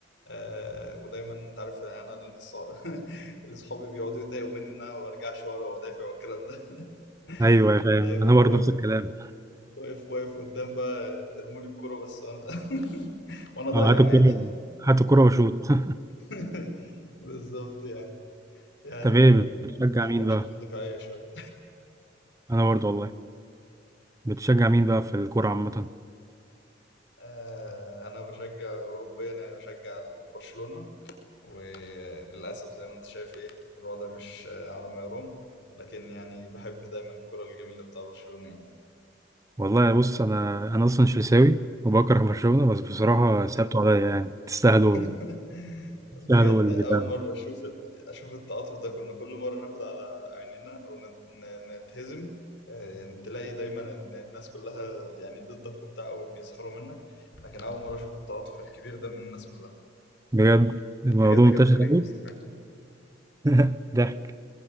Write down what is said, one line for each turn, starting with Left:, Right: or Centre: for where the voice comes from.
Left: آه ودايما انت عارف انا اللي صا- <laughs> اللي صحابي بيقعدوا يتضايقوا مني ان انا ما برجعش ورا وادافع والكلام ده <laughs>
Right: ايوه يا فاهم
Left: فدايما
Right: انا برضه
Left: واقف
Right: نفس الكلام
Left: واقف واقف قدام بقى ارمولي الكوره بس وانا <laughs>
Right: <laughs>
Left: وانا اضيع
Right: اه هاتوا
Left: عادي
Right: كورة هاتوا كورة وشوط <laughs>
Left: <laughs> بالظبط يعني يعني
Right: طب ايه بتشجع
Left: عنده
Right: مين
Left: مشاكل
Right: بقى؟
Left: دفاعيه شويه
Right: انا برضه والله بتشجع مين بقى في الكورة عامة؟
Left: آه انا بشجع اوروبيا يعني بشجع برشلونه وللاسف زي ما انت شايف ايه الوضع مش آه، على ما يرام لكن يعني بحب دايما الكره الجميله بتاع برشلونه يعني.
Right: والله بص انا انا اصلا شلساوي وبكره برشلونة بس بصراحة سابتوا عليا يعني تستاهلوا
Left: <laughs>
Right: تستاهلوا
Left: بجد
Right: البتاع
Left: أول مرة أشوف ال... أشوف التعاطف ده كنا كل مرة ناخد على عيننا أو ند... ن- نتهزم آه، تلاقي دايما إن الناس كلها يعني ضدك وبتاع أو بيسخروا منك لكن أول مرة أشوف التعاطف الكبير ده من الناس كلها
Right: بجد الموضوع
Left: بجد
Right: منتشر
Left: كان فريق
Right: قوي
Left: يستحق
Right: <laughs> ضحك